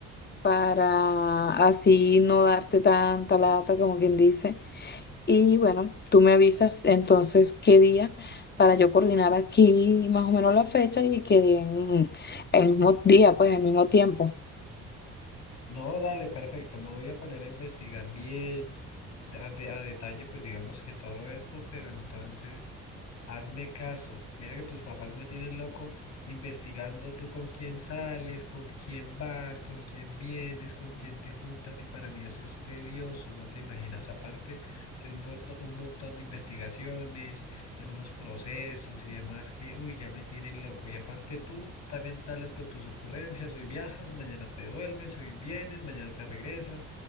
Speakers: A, on the left; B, on the left.
A: para así no darte tanta lata, como quien dice. Y bueno, tú me avisas entonces qué día para yo coordinar aquí más o menos la fecha y que den el mismo día, pues el mismo tiempo.
B: No, dale, perfecto. Me voy a poner a investigar bien, de- a, de- a detalle, pues digamos que todo esto, pero entonces hazme caso. Mira que tus papás me tienen loco investigando tú con quién sales, con quién vas, con quién vienes, con quién te juntas, y para mí eso es tedioso, no te imaginas. Aparte, tiene un, mon- un montón de investigaciones eh, unos procesos y demás que, uy, ya me tienen loco. Y aparte tú también sales con tus ocurrencias, hoy viajas, mañana te devuelves, hoy vienes, mañana te regresas.